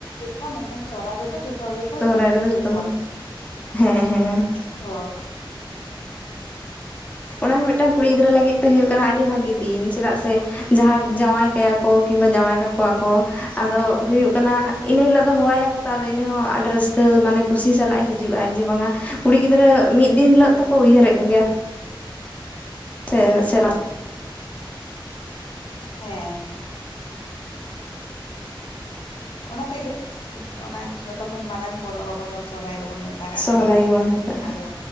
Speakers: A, on the left; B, on the left.
A: ᱯᱟ <inaudible> ᱢᱮᱱᱠᱷᱟᱱ 'ᱥᱚᱦᱨᱟᱭ' ᱨᱮᱫᱚ ᱡᱷᱚᱛᱚ ᱦᱚᱲ ᱜᱮᱠᱚ
B: ᱨᱟᱭ ᱨᱮᱫᱚ
A: ᱩᱭᱦᱟᱹᱨ
B: ᱡᱷᱚᱛᱚ <inaudible> ᱦᱮᱸ, ᱦᱮᱸ᱾
A: ᱦᱚ
B: ᱚᱱᱟ ᱦᱚᱸ ᱢᱤᱫᱴᱟᱝ ᱠᱩᱲᱤ ᱜᱤᱫᱽᱨᱟᱹ ᱞᱟᱹᱜᱤᱫ ᱛᱮ ᱦᱩᱭᱩᱜ ᱠᱟᱱᱟ ᱟᱹᱰᱤ ᱵᱷᱟᱜᱤ ᱫᱤᱱ, ᱪᱮᱹᱫᱟᱜ ᱥᱮ ᱡᱟᱦᱟᱸᱭ ᱡᱟᱶᱟᱭ ᱠᱟᱭᱟ ᱠᱚ ᱠᱤᱝᱵᱟ ᱡᱟᱶᱟᱭ ᱠᱟᱠᱚᱣᱟ ᱠᱚ, ᱟᱫᱚ ᱦᱩᱭᱩᱜ ᱠᱟᱱᱟ ᱤᱱᱟᱹ ᱦᱤᱞᱳᱜ ᱫᱚ ᱦᱚᱣᱟᱠᱚ ᱛᱟ ᱫᱟᱹ ᱤᱱᱟᱹ ᱦᱚᱸ ᱟᱰᱟᱹ ᱨᱟᱹᱥᱠᱟᱹ ᱢᱟᱱᱮ ᱠᱩᱥᱤ ᱥᱟᱞᱟᱜ ᱮ ᱦᱤᱡᱩᱜᱼᱟᱭ᱾ ᱡᱮ, ᱵᱟᱝᱟ ᱠᱩᱲᱤ ᱜᱤᱫᱽᱨᱟᱹ ᱢᱤᱫ ᱫᱤᱱ ᱦᱤᱞᱳᱜ ᱛᱚᱠᱚ ᱩᱭᱦᱟᱹᱨᱮᱜ ᱠᱚ ᱜᱮᱭᱟ᱾ ᱥᱮ ᱥᱮᱨᱟᱯ
A: ᱦᱮᱸᱻ, ᱚᱱᱟ ᱛᱮᱜᱮ <inaudible> ᱚᱱᱟ ᱥᱚᱛᱚ ᱠᱷᱚᱱ ᱢᱟᱨᱟᱝ ᱯᱚᱨᱚᱵᱽ ᱟᱵᱚ ᱫᱚ 'ᱥᱚᱦᱨᱟᱭ' ᱜᱮᱵᱚᱱ ᱵᱚᱱ ᱢᱮᱛᱟᱜᱟᱜ
B: ᱥᱚᱦᱨᱟᱭ
A: ᱠᱟᱱᱟ ᱵᱚᱱ᱾
B: ᱜᱮᱵᱚᱱ ᱢᱮᱛᱟᱜᱼᱟ
A: ᱟᱫᱚ